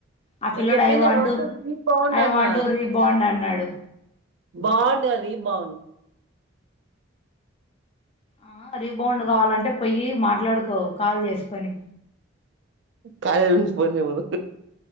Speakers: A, on the left (about 30°); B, on the right (about 60°).
A: ఆ పిల్లోడు
B: నేను చెప్పింది
A: ఐ వాం
B: want
A: to
B: rebound
A: I
B: అన్న
A: వాంట్ టు రీ బాండ్ అన్నాడు
B: బాండ్ రీబౌండ్
A: ఆ రీ బౌండ్ కావాలంటే పొయ్యి మాట్లాడుకో కాల్ చేసుకొని
B: కార్యాల నుంచి ఫోన్ చేయమను